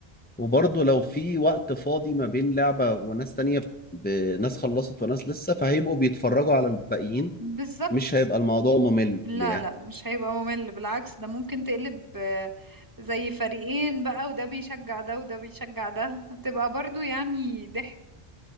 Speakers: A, on the left (about 15°); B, on the right (about 20°).
A: وبرضه لو في وقت فاضي ما بين لعبة وناس تانية ب- ناس خلصت وناس لسه فهيبقوا بيتفرجوا على الباقيين
B: بالظبط
A: مش هيبقى الموضوع ممل
B: لا
A: يعني
B: لا مش هيبقى ممل بالعكس ده ممكن تقلب آه، زي فريقين بقى وده بيشجع ده وده بيشجع ده هتبقى برضو يعني ضحك